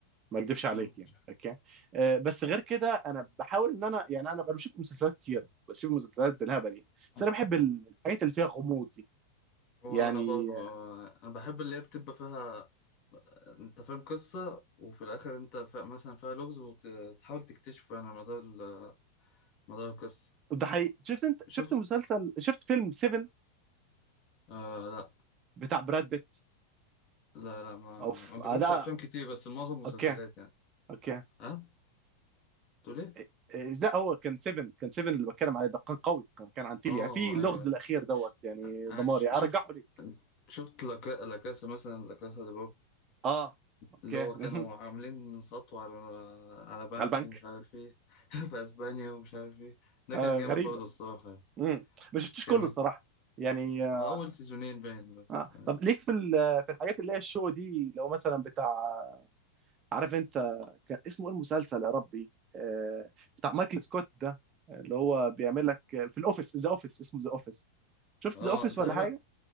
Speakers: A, on the right; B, on the left.
A: ما اكدبش عليك
B: اه
A: يعني
B: مش
A: اوكي آه بس غير كده انا بحاول ان انا يعني انا بقى بشوف مسلسلات كتير بشوف مسلسلات بالهبل يعني بس
B: عارف.
A: انا بحب الحاجات اللي فيها غموض دي
B: وانا
A: يعني
B: برضه آه، انا بحب اللي هي بتبقى فيها انت فاهم قصة وفي الاخر انت فا... مثلا فيها لغز وتحاول تكتشفه يعني على مدار ال... مدار القصة
A: ده حقيقي شفت انت
B: شفت
A: شفت مسلسل شفت فيلم 7
B: آه لا
A: بتاع براد بيت
B: لا لا ما
A: اوف
B: ما بشوفش
A: آه، ده
B: افلام كتير بس معظم مسلسلات
A: اوكي
B: يعني
A: اوكي
B: ها تقول ايه
A: إيه، إيه، لا هو كان 7 كان 7 اللي بتكلم عليه ده كان قوي كان كان عن تيليا
B: اه
A: في اللغز
B: ايوه
A: الاخير دوت يعني
B: يعني
A: دماري
B: ش-
A: رجعه
B: شفت
A: لي
B: شفت لا كا- لا كاسا مثلا لا كاسا دي
A: اه اوكي
B: اللي هو
A: مهم.
B: كانوا عاملين سطو على على بنك
A: على البنك
B: ومش عارف ايه <laughs> في اسبانيا ومش عارف ايه ده
A: آه
B: كان جامد
A: غريبه
B: برضه الصراحة يعني.
A: مم. ما شفتش كله
B: كان
A: الصراحه يعني آه.
B: اول سيزونين باين بس
A: آه. طب ليك في ال- في الحاجات اللي هي الشو دي لو مثلا بتاع عارف انت كان اسمه ايه المسلسل يا ربي آه بتاع مايكل سكوت ده اللي هو بيعمل لك في الاوفيس ذا اوفيس اسمه ذا اوفيس شفت
B: اه
A: ذا اوفيس
B: تقريبا
A: ولا حاجه